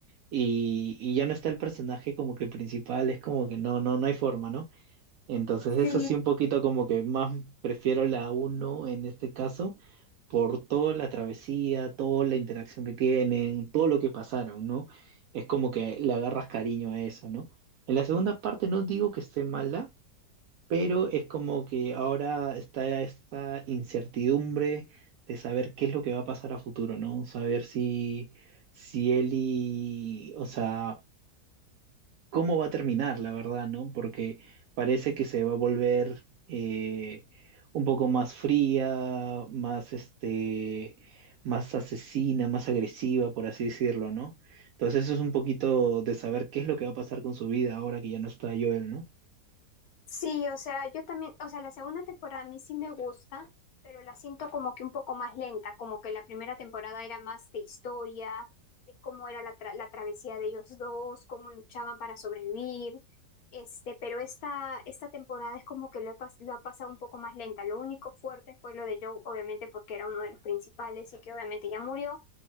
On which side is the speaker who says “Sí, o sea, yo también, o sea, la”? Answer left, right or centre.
Left